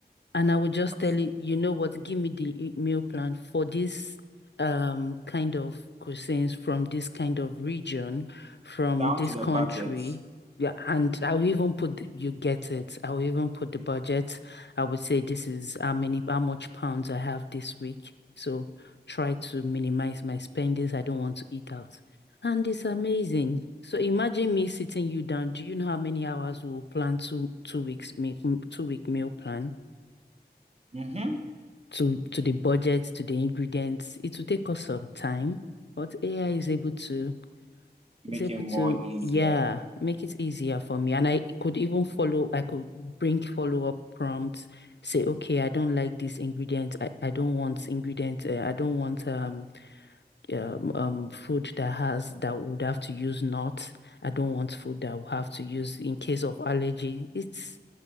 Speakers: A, on the left; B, on the right.
A: And I would just tell
B: so
A: it, you know what, give me the e- meal plan for this um kind of cuisines from this kind of region, from
B: down
A: this
B: to the
A: country.
B: budgets.
A: Yeah, and I will even put the, you get it. I will even put the budget. I would say this is how many, how much pounds I have this week. So try to minimize my spendings. I don't want to eat out. And it's amazing. So imagine me sitting you down. Do you know how many hours we'll plan two two weeks me m- two week meal plan?
B: Mm-hmm.
A: to to the budget, to the ingredients. It will take us some time, but AI is able to
B: Making
A: is able to
B: more easier.
A: yeah make it easier for me. And I could even follow. I could bring follow up prompts. Say, okay, I don't like this ingredient. I, I don't want ingredient. Uh, I don't want um, um um food that has that would have to use nuts. I don't want food that will have to use in case of allergy. It's